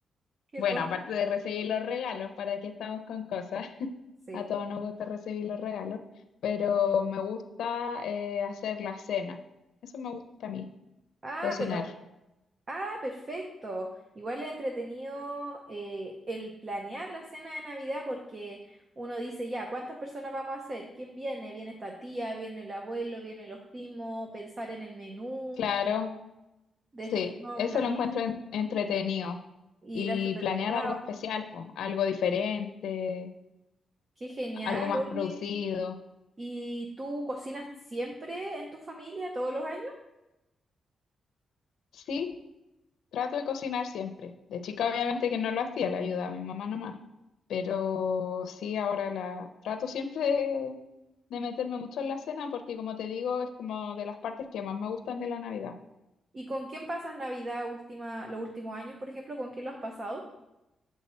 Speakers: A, on the right; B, on the left.
A: ¿Qué
B: Bueno,
A: cosa?
B: aparte de recibir los regalos, ¿para qué estamos con cosas? <laughs>
A: Sí.
B: A todos nos gusta recibir los regalos, pero me gusta eh, hacer la cena. Eso me gusta a mí,
A: Ah,
B: cocinar.
A: pero Ah, perfecto. Igual es entretenido eh, el planear la cena de Navidad porque uno dice, ya, ¿cuántas personas vamos a hacer? ¿Quién viene? ¿Viene esta tía? ¿Viene el abuelo? ¿Vienen los primos? Pensar en el menú,
B: Claro,
A: desde
B: Sí,
A: que uno
B: eso
A: planea
B: lo encuentro en- entretenido.
A: ir
B: Y
A: al supermercado.
B: planear algo especial, pues, algo diferente,
A: Qué genial,
B: algo más
A: oye.
B: producido.
A: ¿Y tú cocinas siempre en tu familia, todos los años?
B: Sí, trato de cocinar siempre. De chica obviamente que no lo hacía, le ayudaba a mi mamá nomás. Pero sí, ahora la trato siempre de, de meterme mucho en la cena porque como te digo, es como de las partes que más me gustan de la Navidad.
A: ¿Y con quién pasas Navidad última, los últimos años, por ejemplo? ¿Con quién lo has pasado?